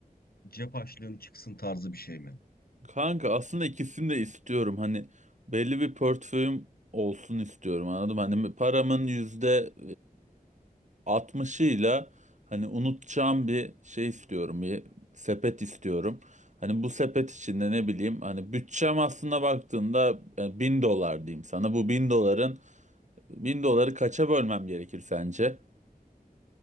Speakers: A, on the left; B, on the right.
A: cep açlığım çıksın tarzı bir şey mi?
B: Kanka aslında ikisini de istiyorum. Hani belli bir portföyüm olsun istiyorum anladım. Hani paramın yüzde altmışıyla hani unutacağım bir şey istiyorum. Bir sepet istiyorum. Hani bu sepet içinde ne bileyim hani bütçem aslında baktığında e, bin dolar diyeyim sana. Bu bin doların bin doları kaça bölmem gerekir sence?